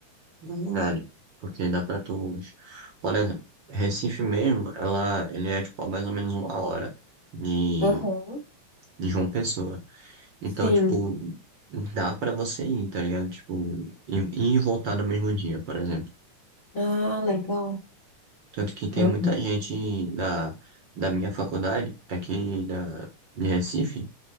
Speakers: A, on the right; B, on the left.
A: Na verdade. Porque dá pra tu. Por exemplo, Recife mesmo, ela, ele é tipo a mais ou menos uma hora de,
B: Aham.
A: de João Pessoa. Então,
B: Sim.
A: tipo, dá pra você ir, tá ligado? Tipo, ir ir e voltar no mesmo dia, por exemplo.
B: Ah, legal.
A: Tanto que tem
B: Ah,
A: muita gente da, da minha faculdade, aqui da, de Recife,